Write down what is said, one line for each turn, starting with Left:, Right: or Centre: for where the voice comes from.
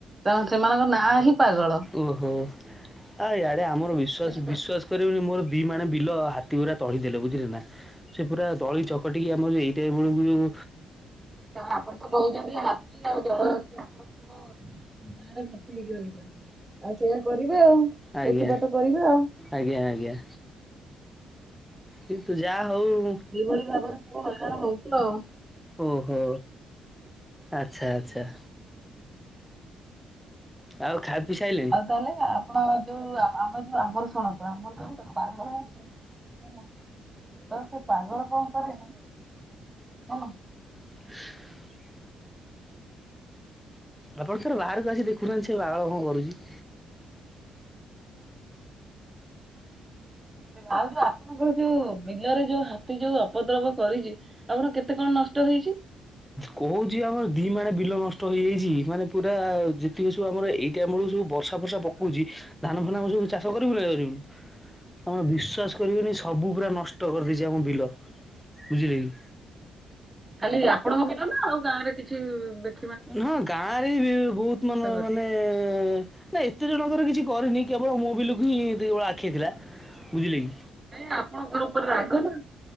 Right: ତ ସେମାନଙ୍କ ନାଁ ହିଁ ପାଗଳ।
Centre: ଓହୋ ଆଉ ଇଆଡ଼େ ଆମର ବିଶ୍ୱାସ
Right: ବୁଝିପାରୁଛନ୍ତି।
Centre: ବିଶ୍ୱାସ କରି ମୋର ଦି ମଣେ ବିଲ ହାତୀ ପୁରା ତଳି ଦେଲେ ବୁଝିଲେ ନା ସେ ପୁରା ଦଳି ଚ ପଟିକି ଆମର ଏଇଟା ଏ ବେଳକୁ ଯୋଉ
Right: ତ ଆପଣ ତ କହୁଛନ୍ତି ହାତୀ ଆଉ ଜଳହସ୍ତି ଆପଣଙ୍କର <inaudible> ରହିଛନ୍ତି ଆଉ ସେଇଆ କରିବେ ଆଉ।
Centre: ଆଜ୍ଞା
Right: ଉତ୍ପାତ କରିବେ ଆଉ।
Centre: ଆଜ୍ଞା ଆଜ୍ଞା। କିନ୍ତୁ ଯାହା ହୋଉ
Right: ଏଇଭଳି ଭାବରେ ସବୁ ହାଇରଣ ହଉଛୁ ଆଉ।
Centre: ଓହୋ ଆଚ୍ଛା ଆଚ୍ଛା। ଆଉ ଖା ପିଇ ସାଇଲେଣି?
Right: ଆଉ ତାହେଲେ ଆପଣ ଯୋଉ ଆ-ଆମ ଯୋଉ ଆମର ଶୁଣନ୍ତୁ ଆମର ଯୋଉ ଗୋଟେ ପାଗଳ ଅଛି <inaudible> ତ ସେ ପାଗଳ କଣ କରେ ନା ହଁ।
Centre: <inaudible> ଆପଣ ଥରେ ବାହାରକୁ ଆସି ଦେଖୁନାହାନ୍ତି ସେ ବାଗଳ କଣ କରୁଛି?
Right: ଆଉ ଯୋଉ ଆପଣଙ୍କର ଯୋଉ ବିଲରେ ଯୋଉ ହାତୀ ଯୋଉ ଅପଦ୍ରବ କରିଛି ଆପଣ କେତେ କଣ ନଷ୍ଟ ହେଇଛି?
Centre: କହୁଛି ଆମର ଦି ମାଣେ ବିଲ ନଷ୍ଟ ହେଇଯାଇଛି ମାନେ ପୁରା ଯେ ଠି ଏସବୁ ଆମର ଏଇ ଟାଇମ୍ ବେଳକୁ ସବୁ ବର୍ଷା ଫର୍ଷା ପକଉଛି ଧାନ ଫାନ ଆମ ସବୁ ଚାଷ କରିବୁ ନା କରିବୁନୁ? ଆପଣ ବିଶ୍ବାସ୍ କରିବେନି ସବୁ ପୁରା ନଷ୍ଟ କରିଦେଇଛି ଆମ ବିଲ ବୁଝିଲେ କି?
Right: ଖାଲି ଆପଣଙ୍କ ବିଲ୍ ନା ଆଉ ଗାଁ ରେ କିଛି ଉ ବେ
Centre: ଉନ୍ ହ ଗାଁରେ ବି ବୋହୁତ୍ ମନ
Right: କରିଛି।
Centre: ମାନେ ଏ ନା ଏତେ ଜଣଙ୍କର କିଛି କରିନି କେବଳ ମୋ ବିଲକୁ ହିଁ ଦେବଳ ଆଖେଇ ଥିଲା। ବୁଝିଲେ କି?
Right: ନାଇଁ ଆପଣଙ୍କର ଉପରେ ରାଗ ନା?